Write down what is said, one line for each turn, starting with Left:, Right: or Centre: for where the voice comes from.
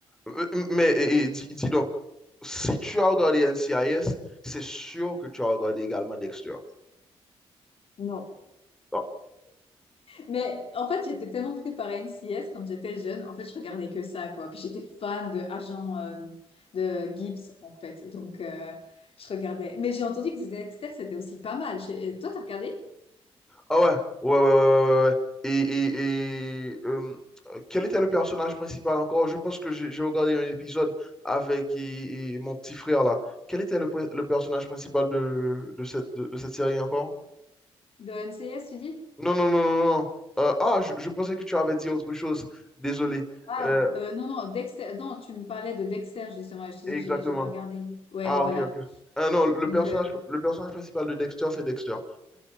Centre: Euh, euh, Mais et- et dis, dis donc, si tu as regardé NCIS, c'est sûr que tu as regardé également Dexter.
Left: Non.
Centre: Ah,
Left: Mais en fait, j'étais tellement prise par NCIS quand j'étais jeune. En fait, je regardais que ça, quoi. Puis j'étais fan de Agent euh, de Gibbs, en fait. Donc, euh, je regardais. Mais j'ai entendu que Dexter, c'était aussi pas mal. J'ai- euh, Toi, t'as regardé
Centre: Ah ouais, ouais, ouais, ouais, ouais, ouais. ouais. Et, et, et, euh, quel était le personnage principal encore? Je pense que j'ai j'ai regardé un épisode avec et- et mon petit frère là. Quel était le, pr- le personnage principal de, de cette, de, de cette série encore?
Left: le NCIS, tu dis?
Centre: Non, non, non, non, non. Euh, ah, je, je pensais que tu avais dit autre chose. Désolé.
Left: Ah,
Centre: Euh,
Left: euh, non, non, Dexter. Non, tu me parlais de Dexter, justement. Et je te
Centre: exactement.
Left: dis, j'ai j'ai pas regardé. Ouais,
Centre: Ah,
Left: voilà.
Centre: ok, ok. Ah non, le
Left: Donc,
Centre: personnage,
Left: euh,
Centre: le personnage principal de Dexter, c'est Dexter.